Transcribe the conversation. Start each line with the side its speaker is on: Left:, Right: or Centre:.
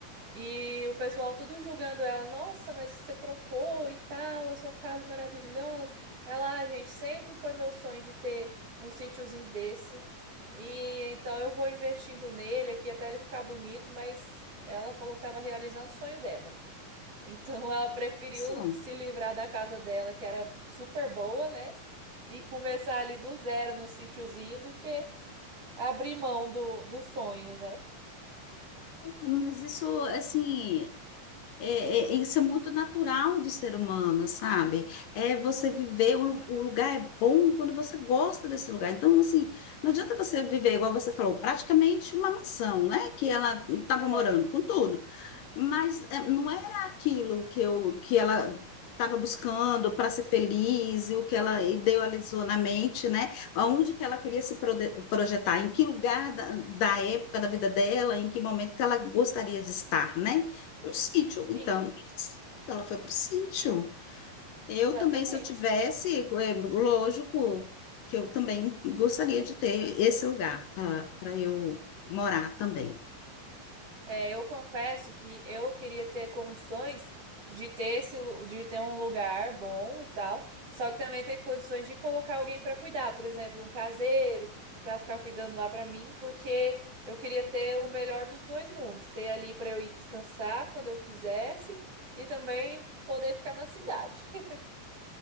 Right: E o pessoal tudo julgando ela, nossa, mas você trocou e tal, a sua casa maravilhosa. Ela, ah, gente, sempre foi meu sonho de ter um sítiozinho desse. E então eu vou investindo nele aqui até ele ficar bonito, mas ela falou que estava realizando o sonho dela. Então <laughs> ela preferiu
Left: Isso.
Right: se livrar da casa dela, que era super boa, né? E começar ali do zero no sítiozinho do que abrir mão do, do sonho, né?
Left: Mas isso, assim, é, é- é, isso é muito natural do ser humano, sabe? É você viver, o, lu- o lugar é bom quando você gosta desse lugar. Então, assim, não adianta você viver, igual você falou, praticamente uma mansão, né? Que ela estava
Right: É,
Left: morando, com tudo mas eh, não era aquilo que eu que ela estava buscando para ser feliz e o que ela idealizou na mente, né? Aonde que ela queria se prode- projetar, em que lugar da, da época da vida dela, em que momento que ela gostaria de estar, né? No sítio.
Right: sim,
Left: Então, ela foi para o sítio. Eu
Right: exatamente.
Left: também, se eu tivesse, é, lógico que eu também gostaria de ter esse lugar para eu morar também.
Right: É, eu confesso que eu queria ter condições de ter esse, lu- de ter um lugar bom e tal, só que também ter condições de colocar alguém para cuidar, por exemplo, um caseiro para ficar cuidando lá para mim, porque eu queria ter o melhor dos dois mundos, ter ali para eu ir descansar quando eu quisesse e também poder ficar na cidade. <laughs>